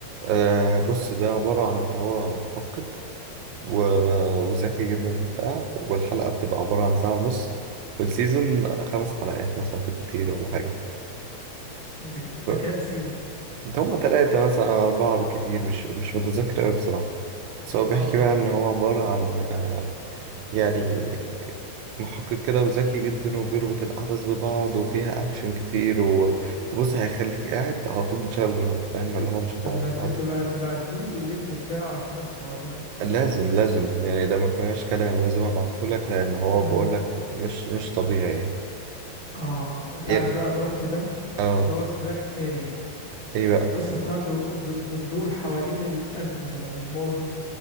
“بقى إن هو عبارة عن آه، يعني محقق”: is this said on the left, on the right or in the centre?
Right